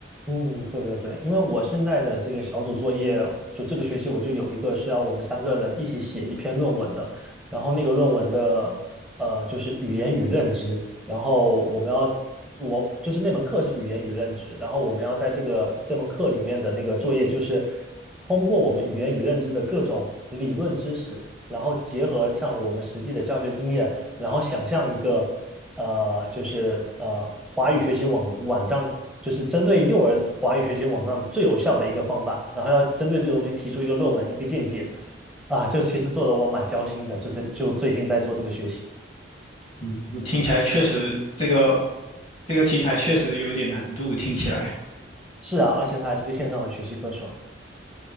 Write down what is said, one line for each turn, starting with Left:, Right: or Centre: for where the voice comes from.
Centre: 嗯，对对对，因为我现在的这个小组作业，就这个学期我就有一个是要我们三个人一起写一篇论文的，然后那个论文的呃就是语言与认知，然后我们要我就是那门课是语言与认知，然后我们要在这个这门课里面的那个作业就是通过我们语言与认知的各种理论知识，然后结合上我们实际的教学经验，然后想象一个。呃，就是呃，华语学习网网站就是针对幼儿华语学习网站最有效的一个方法，然后要针对这个东西提出一个论文、一个见解，啊，就其实做的我蛮焦心的，就这就最近在做这个学习，
Left: 嗯，听起来确实这个这个题材确实有一点难度，听起来。
Centre: 是啊，而且它还是个线上的学习课程，